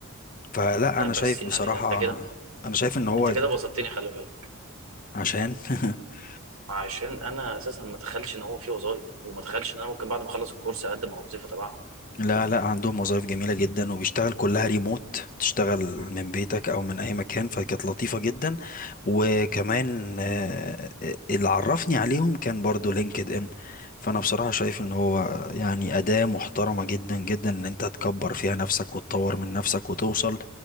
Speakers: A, on the left (about 40°); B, on the right (about 80°).
A: فلا
B: لا
A: انا
B: بس
A: شايف
B: يعني
A: بصراحة
B: ده انت كده
A: انا شايف ان هو
B: انت كده بسطتني خلي بالك
A: عشان <laughs>
B: عشان انا اساسا ما اتخيلش ان هو في وظايف وما اتخيلش ان انا ممكن بعد ما اخلص الكورس اقدم على وظيفه تبعهم
A: لا لا عندهم وظائف جميلة جدا وبيشتغل كلها ريموت تشتغل
B: مم.
A: من بيتك أو من أي مكان فكانت لطيفة جدا وكمان آه، اللي عرفني عليهم كان برضو لينكد إن فأنا بصراحة شايف إن هو يعني أداة محترمة جدا جدا إن أنت تكبر فيها نفسك وتطور من نفسك وتوصل